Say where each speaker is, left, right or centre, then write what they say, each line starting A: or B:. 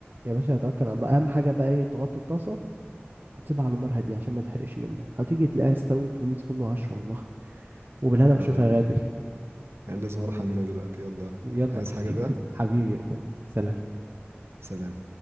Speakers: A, on the right; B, on the right.
A: يا باشا هتوكل على الله أهم حاجة بقى ايه تغطي الطاسة وتسيبها على نار هادية عشان ما تحرقش منك هتيجي تلاقيها استوت ومية فل وعشرة والله وبالهنا والشفا
B: اه
A: يا غالي
B: لازم اروح اعملها دلوقتي يلا
A: <laughs> يلا
B: عايز
A: يا حبيبي
B: حاجة بقى
A: حبيبي يا اخوي سلام
B: سلام